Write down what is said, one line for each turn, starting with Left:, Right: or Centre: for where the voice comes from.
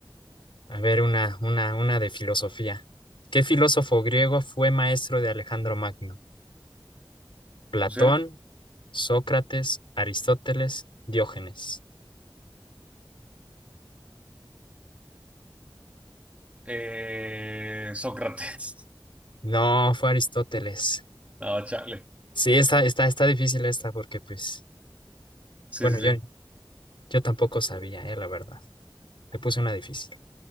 Left: A ver, una, una, una de filosofía. ¿Qué filósofo griego fue maestro de Alejandro Magno? ¿Platón,
Right: Opciones.
Left: Sócrates, Aristóteles, Diógenes?
Right: Eh, Sócrates. <laughs>
Left: No, fue Aristóteles.
Right: No, chale.
Left: Sí, está, está, está difícil esta porque, pues,
Right: Sí,
Left: bueno,
Right: sí,
Left: yo,
Right: sí.
Left: yo tampoco sabía, eh, la verdad. Te puse una difícil.